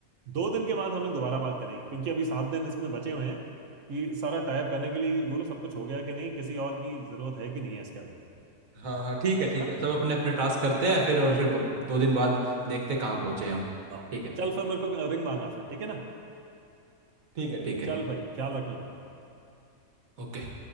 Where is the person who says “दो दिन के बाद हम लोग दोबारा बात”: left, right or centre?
Right